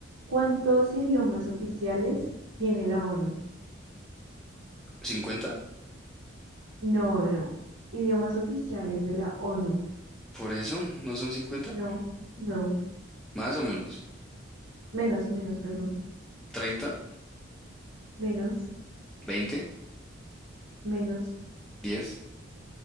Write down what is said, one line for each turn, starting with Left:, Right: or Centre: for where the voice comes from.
Right: ¿Cuántos idiomas oficiales tiene la ONU?
Centre: cincuenta
Right: No, no. Idiomas oficiales de la ONU.
Centre: Por eso, ¿no son cincuenta
Right: No, no.
Centre: Más o menos.
Right: Menos, menos, perdón.
Centre: treinta
Right: Menos,
Centre: veinte
Right: menos,
Centre: diez